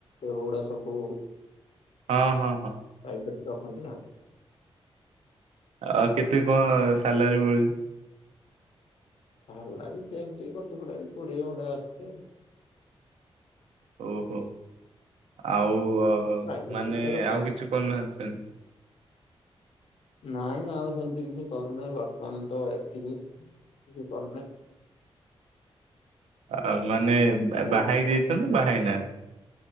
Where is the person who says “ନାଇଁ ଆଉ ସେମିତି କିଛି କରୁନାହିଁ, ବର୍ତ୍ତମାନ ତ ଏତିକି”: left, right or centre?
Left